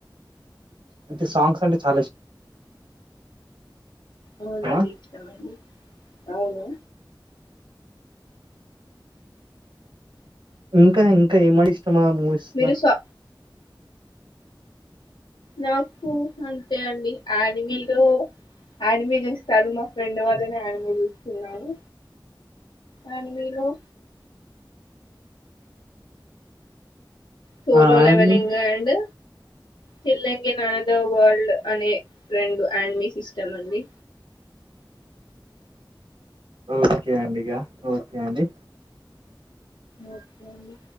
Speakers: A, on the right; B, on the left.
A: అయితే సాంగ్స్ అంటే చాలా ఇష్
B: అవునండి
A: ఇష్టమా?
B: ఇచ్చామండి అవును
A: ఇంకా ఇంకా ఏమా అండి ఇష్టం ఆ మూవీస్ల
B: మీరు సా నాకు అంతే అండి అనిమీలో ఆనిమే చూస్తాను మా ఫ్రెండ్ వాళ్ళనే ఆనిమే చూస్తున్నాను ఆన్ని విలువు Solo
A: ఆ!
B: Leveling
A: and
B: and Chilling in Another World అనే రెండు అనిమీ సిస్టమ్ అండి.
A: ఓకే అండి ఇగా ఓకే అండి.
B: ఒకే అండి.